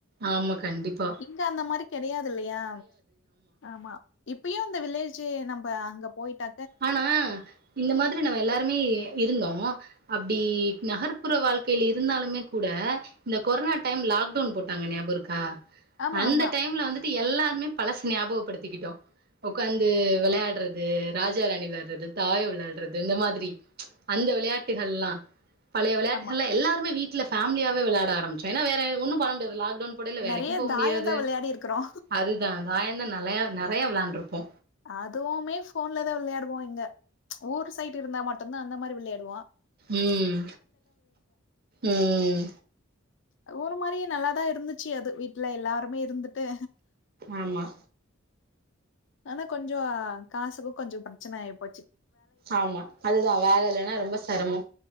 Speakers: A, on the right; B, on the left.
A: ஆமா கண்டிப்பா
B: இங்க அந்த மாரி கெடையாது இல்லயா ஆமா அப்பயும் அந்த வில்லேஜ்சு நம்ம அங்க போயிட்டா
A: ஆனா இந்த மாதிரி நம்ம எல்லாருமே இருந்தோ அப்டி நகர்ப்புற வாழ்க்கயில இருந்தாலுமே கூட இந்த கொர்னா டைம்ல லாக்டவுன் போட்டாங்க ஞாபகம் இருக்கா
B: ஆமா
A: அந்த
B: ஆமா
A: டைம்ல வந்து எல்லாருமே பழசு ஞாபகப்படுத்திக்கிட்டோ ஒக்காந்து வெளாயாடுறது ராஜா ராணி விளாடுறது தாயம் வெளாடுறது இந்த மாதிரி அந்த விளையாட்டுகள்லா பழைய வெளாட்டுகள்லா
B: ஆமா
A: எல்லாருமே வீட்ல ஃபேம்லியாவே வெளாட ஆரம்பிச்சோ ஏன்னா வேற ஒன்னு பண்ண முடியாது லாக்டவுன் போடயில வேலைக்கும்
B: நெறைய
A: போக
B: தாயந்தா
A: முடியாது
B: விளையாடி இருக்குறோ
A: அதுதா தாயம் தா நெலயா நெறையா விளாண்டு இருப்போ
B: அதுவுமே போன்ல தா விளையாடுவோ இங்க ஊர் சைட்டு இருந்தா மட்டுதா அந்த மாரி விளயாடுவோ
A: ம் ம்
B: ஒரு மாரியி நல்லாதா இருந்துச்சு அது வீட்ல எல்லாருமே இருந்துட்டு
A: ஆமா
B: ஆனா கொஞ்சோ காசுக்கு கொஞ்சோ பிரச்சன ஆயிப்போச்சு
A: ஆமா அதுதா வேல இல்லன்னா ரொம்ப செரமோ